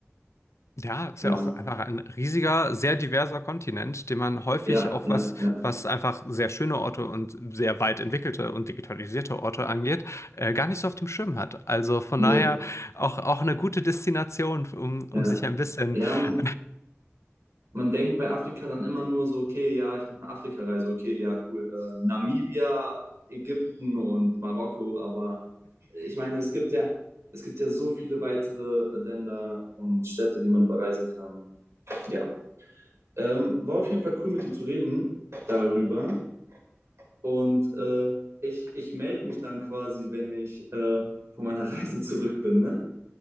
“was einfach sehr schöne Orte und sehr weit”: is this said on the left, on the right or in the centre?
Left